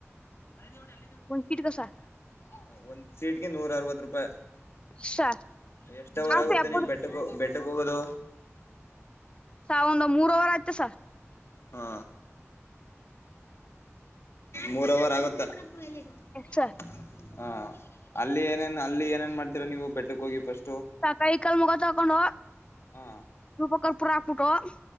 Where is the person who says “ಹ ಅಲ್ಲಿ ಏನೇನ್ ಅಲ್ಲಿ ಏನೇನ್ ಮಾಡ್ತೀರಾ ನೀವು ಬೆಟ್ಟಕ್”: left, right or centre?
Left